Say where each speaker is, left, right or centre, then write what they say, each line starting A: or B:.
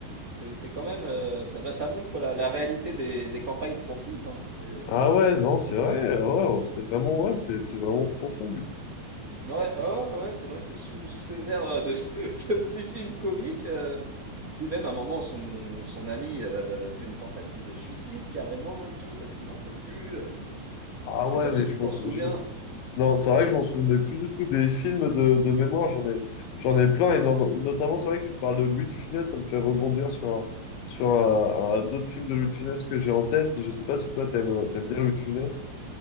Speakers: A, on the right (about 45°); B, on the left (about 85°).
A: c'est c'est quand même euh, ça bah, ça montre la, la réalité des, des campagnes profondes. Hein. C'est-
B: Ah ouais, non, c'est vrai, euh, ouais, oh, c'est vraiment, ouais, c'est c'est vraiment profond, du coup.
A: Ouais, ouais, ouais, ouais, c'est vrai que sous sous ces airs euh, de, <laughs> de petits films comiques, euh, puis même à un moment son son ami euh, fait une tentative de suicide carrément et tout parce qu'il en peut plus. euh.
B: Ah ouais,
A: je sais pas si
B: mais
A: tu
B: je m'en
A: t'en
B: sou-
A: souviens.
B: je- Non, c'est vrai que je m'en souvenais plus du tout des films de, de mémoire, j'en ai, j'en ai plein, et non- notamment, c'est vrai que tu me parles de Louis de Funès, ça me fait rebondir sur, un- sur un- un- d'autres films de Louis de Funès que j'ai en tête, je sais pas si toi t'aimes, t'aimes bien Louis de Funès.